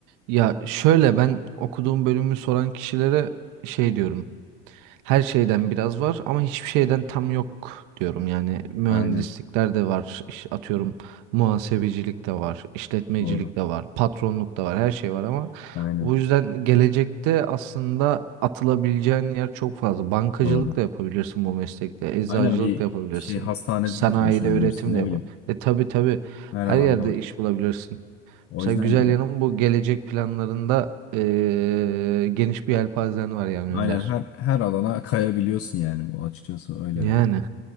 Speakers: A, on the right (about 60°); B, on the left (about 40°).
A: Ya şöyle ben okuduğum bölümü soran kişilere şey diyorum. Her şeyden biraz var ama hiçbir şeyden tam yok diyorum. Yani mühendislikler
B: Aynen.
A: de var. iş- atıyorum muhasebecilik de var, işletmecilik
B: Doğru.
A: de var, patronluk da var, her şey var ama
B: Aynen.
A: bu yüzden gelecekte aslında atılabileceğin yer çok fazla. Bankacılık
B: Doğru.
A: da yapabilirsin bu meslekte, eczacılık
B: Aynen bir
A: da yapabilirsin,
B: şey hastanede
A: sanayide
B: de çalışabilirsin
A: üretim
B: ne
A: de yapabilirsin.
B: bileyim.
A: E tabii tabii
B: Her
A: her
B: alanda
A: yerde
B: var.
A: iş bulabilirsin.
B: O
A: Mesela
B: yüzden
A: güzel yanım bu gelecek planlarında eee, geniş bir yelpazen var yani
B: aynen
A: Önder.
B: her her alana kayabiliyorsun yani bu açıkçası öyle
A: Yani
B: bence.